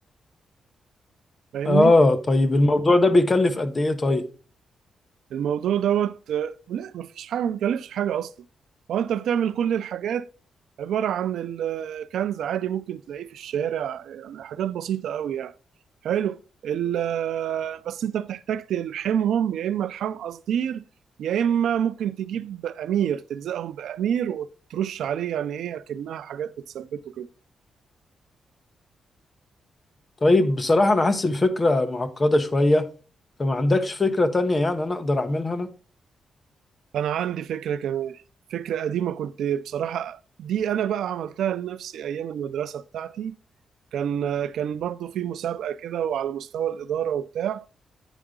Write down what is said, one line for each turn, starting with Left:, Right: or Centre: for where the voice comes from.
Right: فاهمني؟
Left: آه طيب الموضوع ده بيكلف قد إيه طيب؟
Right: الموضوع دوت لا مفيش حاجة مبيكلفش حاجة أصلا هو أنت بتعمل كل الحاجات عبارة عن الكنز عادي ممكن تلاقيه في الشارع يعني حاجات بسيطة قوي يعني حلو ال- بس انت بتحتاج تلحمهم يا اما لحام قصدير يا اما ممكن تجيب امير تلزقهم بامير وترش عليه يعني ايه اكنها حاجات بتثبته كده
Left: طيب بصراحة أنا حاسس الفكرة معقدة شوية فما عندكش فكرة تانية يعني أنا أقدر أعملها أنا
Right: انا عندي فكرة كمان فكرة قديمة كنت بصراحة دي انا بقى عملتها لنفسي ايام المدرسة بتاعتي كان كان برضو في مسابقة كده وعلى مستوى الإدارة وبتاع